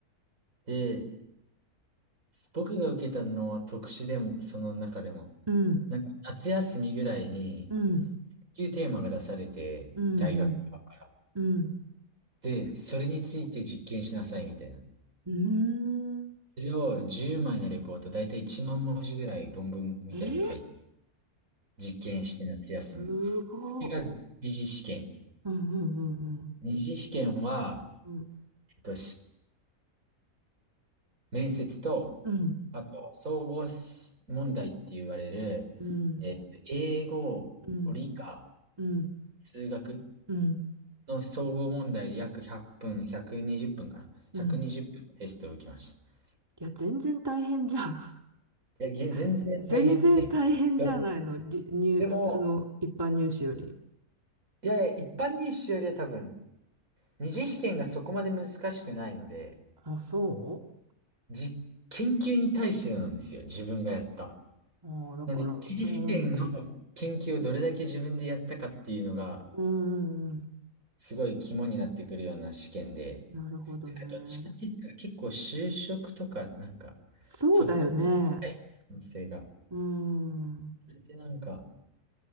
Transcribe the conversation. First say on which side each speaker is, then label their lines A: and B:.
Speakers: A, on the right (about 60°); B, on the right (about 15°).
A: で、僕が受けたのは特殊でも、その中でも、
B: うん。
A: なんか夏休みぐらいに、
B: うん。
A: 研究テーマが出されて、
B: うん。
A: 大学側から。
B: うん。うん。
A: で、それについて実験しなさいみたいな。
B: うーん。
A: それを10枚のレポート、だいたい1万文字ぐらい論文みたいなの書いて、
B: えー、
A: 実験して夏休み。
B: すごっ。
A: それが二次試験。
B: うんうんうん
A: 二次試験は、
B: うん。
A: えっと、面接と、
B: うん
A: あと、総合し問題って言われる、
B: うん
A: えー英語、
B: うん
A: 理科、
B: うん
A: 数学
B: うん
A: の総合問題約100分、120分かな
B: うん。
A: ?120 分のテストを受けました。
B: いや、全然大変じゃん。
A: いや、げ全然大変で、
B: <laughs> 全然大変じゃないの。
A: でも、
B: り入、
A: でも
B: 普通の一般入試より。
A: いやいや、一般入試よりは多分、二次試験がそこまで難しくないので、
B: あ、そう
A: じ、研究に対してなんですよ、自分がやった。
B: ああ、だから、
A: なんで、一次試験の研究をどれだけ自分でやったかっていうのが、
B: うん、うん、うん、
A: すごい肝になってくるような試験で、
B: なるほどね。
A: なんかどっちかって言ったら結構就職とか、なんか、
B: そうだよね。
A: そっちの可能性が。
B: うん、う
A: それでなんか、